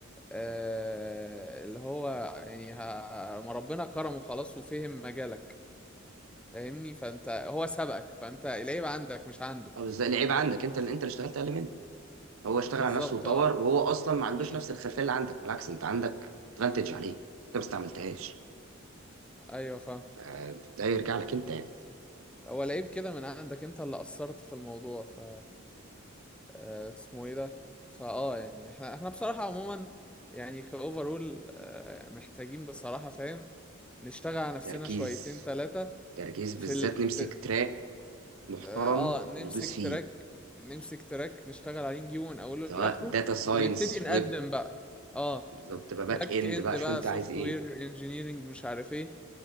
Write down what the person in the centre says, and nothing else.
آه اللي هو يعني ه- ما ربنا كرمه خلاص وفهم مجالك فاهمني فانت هو سبقك فانت العيب عندك مش عنده
بالظبط
اه
مم.
ايوه فاهم
هو العيب كده من عندك انت اللي قصرت في الموضوع ف آه، اسمه ايه ده فاه يعني احنا احنا بصراحة عموما يعني كاوفرول محتاجين بصراحة فاهم نشتغل على نفسنا
شويتين ثلاثة
في ال...
في
اه آه، نمسك
تراك نمسك تراك نشتغل عليه نجيبه من اوله
لاخره
ونبتدي نقدم
بقى اه
باك
اند
بقى
سوفت
وير انجينيرنج مش عارف ايه